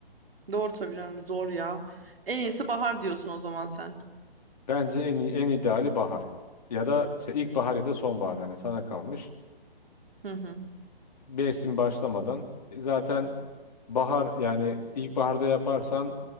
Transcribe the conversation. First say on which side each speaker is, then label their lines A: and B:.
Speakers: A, on the right; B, on the left.
A: Doğru tabii canım zor ya. En iyisi bahar diyorsun o zaman sen.
B: Bence en iyi, en ideali bahar. Ya da işte ilkbahar ya da sonbahar hani sana kalmış.
A: Hı hı.
B: Mevsim başlamadan e, zaten bahar yani ilkbaharda yaparsan